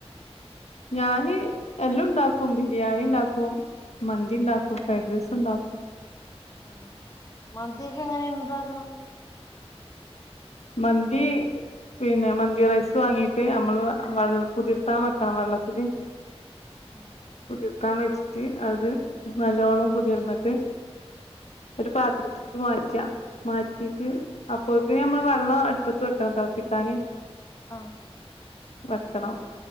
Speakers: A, on the left; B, on the left.
A: ഞാന് എല്ലാം ഉണ്ടാക്കും ബിരിയാണി ഉണ്ടാക്കും മന്തിണ്ടാക്കും ഫയഡ് റൈസ് ഒണ്ടാ
B: ആ മന്തിയെക്കെ എങ്ങനെയാ ഒണ്ടാക്കാന്നത്
A: മന്തി പിന്നെ മന്തി റൈസ് വാങ്ങീട്ട് നമ്മള് വെൾ കുതിർത്താൻ വെക്കണം വെള്ളത്തില്
B: ആഹ്
A: കുതിർക്കാ വെച്ചിട്ട് അത് ത് നല്ലോണം കുതിർന്നിട്ട് ഒര് പാത്രത്ത്ക്ക് മാറ്റ് റ്റാ മാറ്റിട്ട് അപ്പോഴക്ക് നമ്മള് പറ വെള്ളോ അടപ്പത്ത് വെക്കണം തെളപ്പിക്കാനി
B: ആ
A: വെക്കണോ